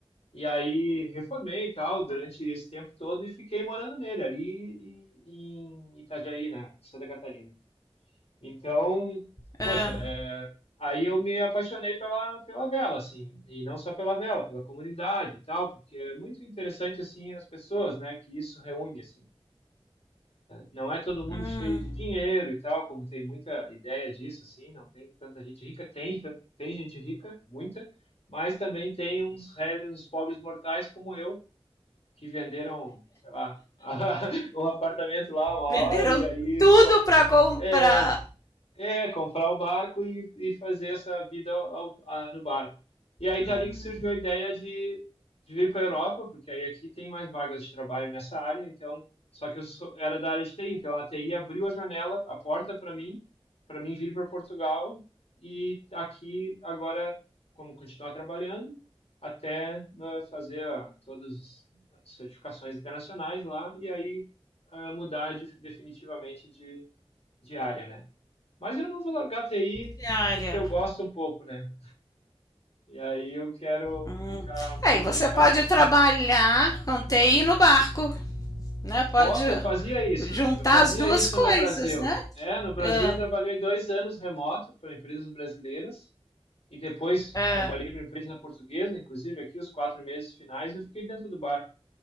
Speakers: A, on the left (about 75°); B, on the left (about 35°).
A: e aí reformei e tal durante esse tempo todo e fiquei morando nele, ali em Itajaí, na Santa Catarina. Então,
B: É.
A: poxa, é, aí eu me apaixonei pela, pela vela, assim, e não só pela vela, pela comunidade e tal, porque é muito interessante, assim, as pessoas, né, que isso reúne, assim. Não é todo mundo
B: Hum,
A: cheio de dinheiro e tal, como tem muita ideia disso, assim, não tem tanta gente rica. Tem, ta- tem gente rica, muita, mas também tem uns réis, uns pobres mortais como eu, que venderam, sei lá, <laughs> um apartamento lá uma hora
B: venderam
A: e aí
B: tudo
A: foi.
B: para comprar
A: É, é, comprar o barco e, e fazer essa vida ao- a- no barco. E aí,
B: hum,
A: dali que surgiu a ideia de, de vir para a Europa, porque aí aqui tem mais vagas de trabalho nessa área, então, só que eu sou- era da área de TI, então a TI abriu a janela, a porta para mim, para mim vir para Portugal e aqui agora, como continuar trabalhando, até né, fazer ah, todas as certificações internacionais lá e aí ah, mudar de- definitivamente de, de área, né? Mas eu não vou largar TI
B: diária.
A: porque eu gosto um pouco, né? E aí eu quero
B: Hum.
A: ficar um
B: Aí
A: pouco
B: você
A: em cada
B: pode
A: um.
B: trabalhar com TI no barco, né? Pode
A: Posso? Eu fazia isso.
B: juntar
A: Eu fazia
B: as duas
A: isso
B: coisas,
A: no Brasil.
B: né?
A: É, no Brasil
B: É,
A: eu trabalhei dois anos remoto para empresas brasileiras e depois
B: é.
A: trabalhei para empresa portuguesa, inclusive aqui os quatro meses finais eu fiquei dentro do barco.